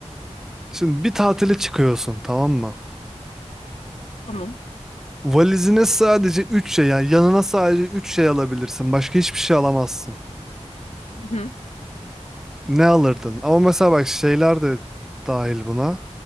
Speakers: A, in the centre; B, on the left.
A: Şimdi bir tatile çıkıyorsun tamam mı?
B: tamam.
A: Valizine sadece 3 şey yani yanına sadece 3 şey alabilirsin. Başka hiçbir şey alamazsın.
B: Hı hı.
A: Ne alırdın? Ama mesela bak şeyler de dahil buna.